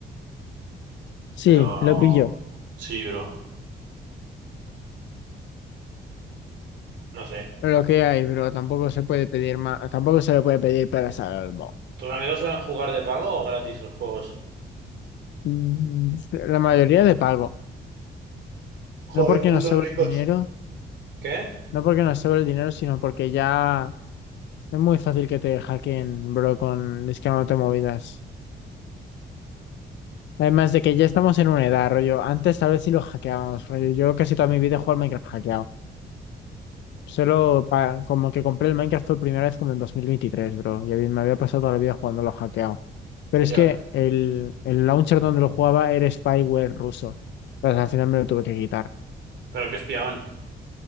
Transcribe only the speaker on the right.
Pero
sí, bro. No sé.
¿Tus amigos suelen jugar de pago o gratis los juegos?
Joder,
putos
ricos.
¿Qué?
Ya.
¿Pero qué espiaban?